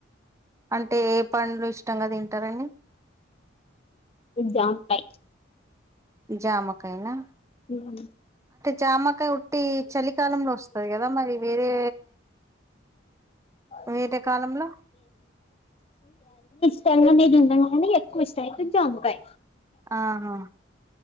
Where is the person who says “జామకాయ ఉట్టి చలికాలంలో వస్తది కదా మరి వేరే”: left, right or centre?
Right